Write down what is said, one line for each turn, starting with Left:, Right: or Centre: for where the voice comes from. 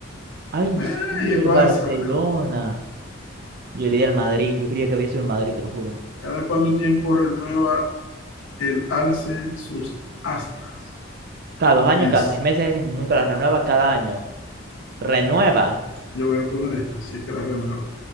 Right: Ay,
Left: Eh,
Right: sí,
Left: y el
Right: el
Left: Barça,
Right: Barcelona.
Left: <laughs>
Right: Yo
Left: este.
Right: le di al Madrid, yo creía que había sido el Madrid, te lo juro.
Left: ¿Cada cuánto tiempo renueva el alce sus astas?
Right: Cada dos años,
Left: Es-
Right: cada seis meses, nunca la renueva, cada año. Renueva,
Left: yo voy a poner esta, si es que la renueva.